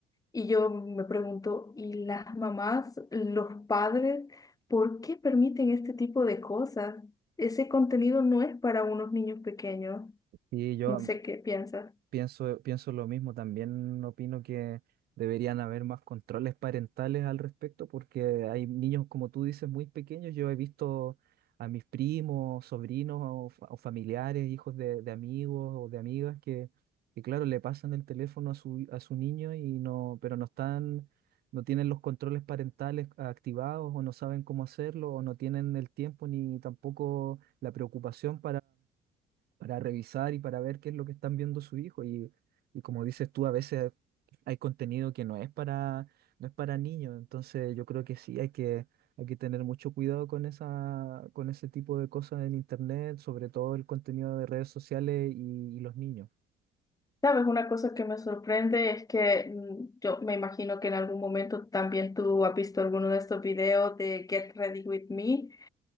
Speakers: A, on the left; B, on the right.
A: y yo me pregunto, ¿y las mamás, los padres, por qué permiten este tipo de cosas? Ese contenido no es para unos niños pequeños.
B: sí, yo,
A: No sé qué piensas.
B: Pienso, pienso lo mismo, también opino que deberían haber más controles parentales al respecto, porque hay niños, como tú dices, muy pequeños. Yo he visto a mis primos, sobrinos o, fa- o familiares, hijos de, de amigos o de amigas que, que, claro, le pasan el teléfono a su, a su niño y no, pero no están, no tienen los controles parentales activados o no saben cómo hacerlo o no tienen el tiempo ni tampoco la preocupación para revisar y para ver qué es lo que están viendo su hijo. Y, y como dices tú, a veces hay contenido que no es para, no es para niños. Entonces yo creo que sí, hay que, hay que tener mucho cuidado con esa, con ese tipo de cosas en internet, sobre todo el contenido de redes sociales y, y los niños.
A: Sabes, una cosa que me sorprende es que mm, yo me imagino que en algún momento también tú has visto alguno de estos videos de Get Ready With Me